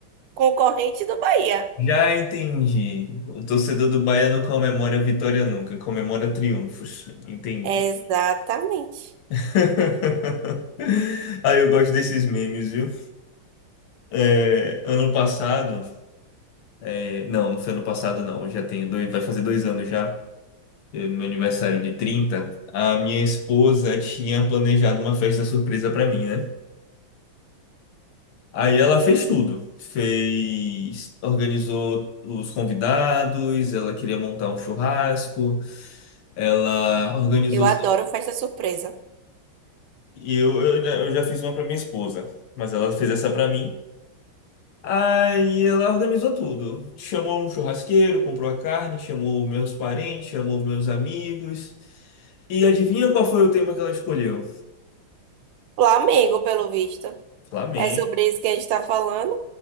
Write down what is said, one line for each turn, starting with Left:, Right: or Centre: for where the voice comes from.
Right: concorrente do Bahia.
Left: Já entendi. O torcedor do Bahia não comemora vitória nunca, comemora triunfos. Entendi.
Right: Exatamente.
Left: <laughs> Aí eu gosto desses memes, viu? É, ano passado. é, não, não foi ano passado, não. Eu Já tenho dois, vai fazer dois anos já. é, no Meu aniversário de 30, a minha esposa tinha planejado uma festa surpresa pra mim, né? Aí ela fez tudo. Fez, organizou os convidados, ela queria montar um churrasco. Ela organizou
Right: Eu adoro festa surpresa.
Left: e eu, eu, eu já fiz uma para minha esposa, mas ela fez essa para mim. Aí ela organizou tudo. Chamou um churrasqueiro, comprou a carne, chamou meus parentes, chamou meus amigos. E adivinha qual foi o tema que ela escolheu?
Right: Flamengo, pelo visto.
Left: Flamengo.
Right: É sobre isso que a gente tá falando.